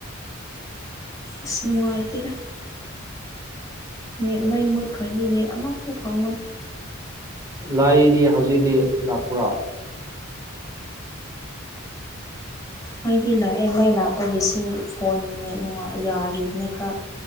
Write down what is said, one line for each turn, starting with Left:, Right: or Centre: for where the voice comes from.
Left: ꯑꯁ ꯅꯨꯡꯉꯥꯏꯇꯦꯗ ꯅꯦꯠ
Right: ꯑꯣ
Left: ꯃꯩ ꯃꯨꯠꯈ꯭ꯔꯗꯤ ꯅꯦꯠ ꯑꯃꯐꯥꯎ ꯐꯪꯉꯣꯏ
Right: ꯂꯥꯏꯗꯤ ꯍꯧꯖꯤꯛꯇꯤ ꯂꯥꯛꯄ꯭ꯔꯥ
Left: ꯃꯩꯗꯤ ꯂꯥꯛꯑꯦ ꯃꯩ ꯂꯥꯞꯄꯒꯤ ꯁꯤ ꯐꯣꯟ ꯅꯦꯠ ꯌꯥꯔꯤꯕꯅꯦ ꯈꯔ